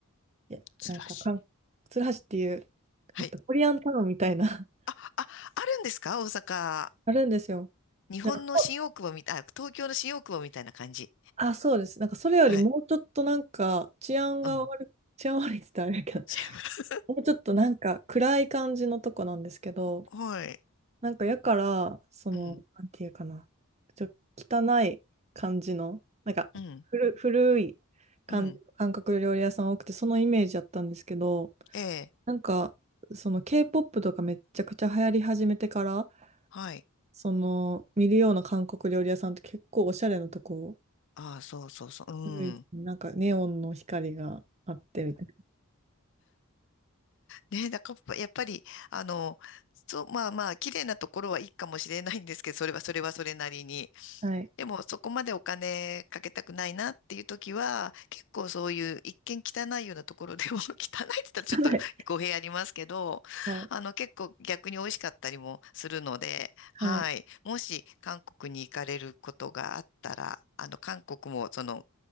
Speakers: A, on the right; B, on the left.
A: いや、
B: 鶴橋。
A: なんかかん、鶴橋っていう、
B: はい
A: えっと、コリアンタウンみたいな
B: あ、あ、あるんですか大阪。
A: <laughs> あるんですよ。
B: 日本の新大久保みたい、
A: なんか、そう
B: あ、東京の新大久保みたいな感じ。
A: あ、そうです。なんか、それよりもうちょっとなんか、
B: はい。
A: 治安が悪い、
B: うん。
A: 治安悪いって言ったらあれだけど、
B: <laughs>
A: もうちょっとなんか、暗い感じのとこなんですけど、
B: はい。
A: なんか、やから、その、
B: うん。
A: なんていうかな、ちょ、汚い感じの、なんか、
B: うん。
A: 古、古い感じの韓国料理屋さん多くて、
B: うん。
A: そのイメージだったんですけど、
B: ええ。
A: なんか、その K-POP とかめっちゃくちゃ流行り始めてから、
B: はい。
A: その見るような韓国料理屋さんって結構おしゃれなとこ
B: ああ、そうそうそう。うん。
A: 多いですね。なんかネオンの光があってみたい
B: ねえ、だからやっぱり、あの、そう、まあまあ、綺麗なところはいいかもしれないんですけど、それはそれはそれなりに。
A: な。はい。
B: でも、そこまでお金かけたくないなっていう時は、結構そういう一見汚いようなところでも、<laughs> 汚いって言ったらちょっと語弊ありますけど、
A: 汚い。はい。
B: あの、結構逆に美味しかったりもするので、
A: はい。
B: はい。もし韓国に行かれることがあったら、あの、韓国もその